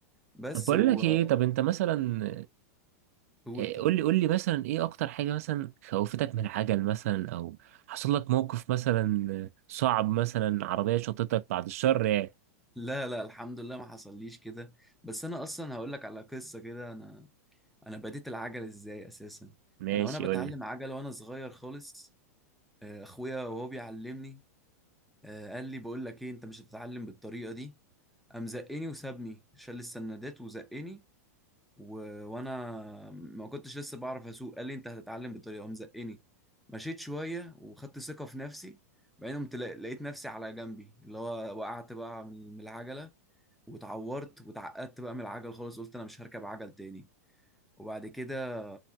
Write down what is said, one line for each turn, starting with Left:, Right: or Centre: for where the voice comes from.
Centre: بس
Right: طب بقول
Centre: وقول
Right: لك ايه طب انت مثلا
Centre: طيب
Right: إيه، قول لي قول لي مثلا ايه اكتر حاجة مثلا خوفتك من العجل مثلا او حصل لك موقف مثلا صعب مثلا عربية شطتك بعد الشر يعني
Centre: لا لا الحمد لله ما حصليش كده بس انا اصلا هقول لك على قصة كده انا انا بديت العجل ازاي اساسا
Right: ماشي
Centre: انا وانا بتعلم
Right: قول لي
Centre: عجل وانا صغير خالص آه، اخويا وهو بيعلمني آه، قال لي بقول لك ايه انت مش هتتعلم بالطريقه دي قام زقني وسابني شال السندات وزقني و... وانا ما كنتش لسه بعرف اسوق قال لي انت هتتعلم بالطريقه قام زقني مشيت شويه وخدت ثقه في نفسي بعدين قمت لا- لقيت نفسي على جنبي اللي هو وقعت بقى من من العجله واتعورت واتعقدت بقى من العجل خالص قلت انا مش هركب عجل تاني وبعد كده